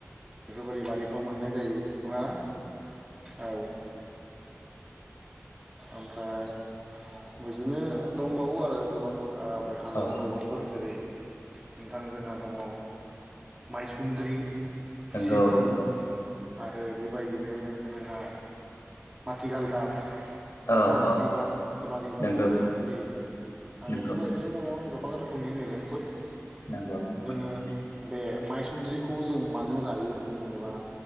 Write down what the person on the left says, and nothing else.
औ
नोंगौ
नोंगौ
औ
औ
नंगौ
नंगौ
नंगौ नंगौ